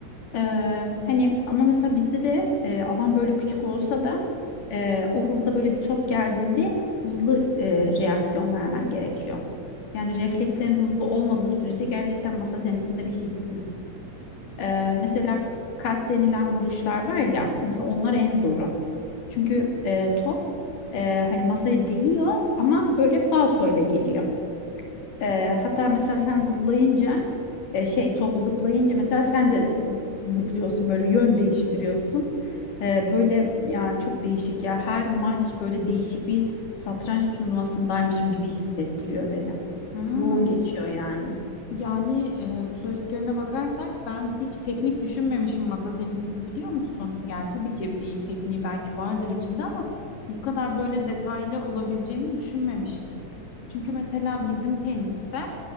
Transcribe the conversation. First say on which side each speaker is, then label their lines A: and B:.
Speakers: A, on the left; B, on the left.
A: Eee, hani ama mesela bizde de eee, alan böyle küçük olsa da eee, o hızda böyle bir top geldiğinde hızlı eee, reaksiyon vermen gerekiyor. Yani reflekslerin hızlı olmadığı sürece gerçekten masa tenisinde bir hiçsin. Eee, mesela kat denilen vuruşlar var ya mesela onlar en zoru. Çünkü eee, top eee, hani masaya değiyor ama böyle falsoyla geliyor. Ee, hatta mesela sen zıplayınca e, şey top zıplayınca mesela sen de z- zıplıyorsun böyle yön değiştiriyorsun. Ee, böyle ya çok değişik ya her maç böyle değişik bir satranç turnuvasındaymışım gibi hissettiriyor beni.
B: Hmm,
A: Yoğun geçiyor yani.
B: Yani e, bu söylediklerine bakarsak ben hiç teknik düşünmemişim masa tenisini biliyor musun? Yani tabii ki bir tekniği belki vardır içinde ama bu kadar böyle detaylı olabileceğini düşünmemiştim. Çünkü mesela bizim teniste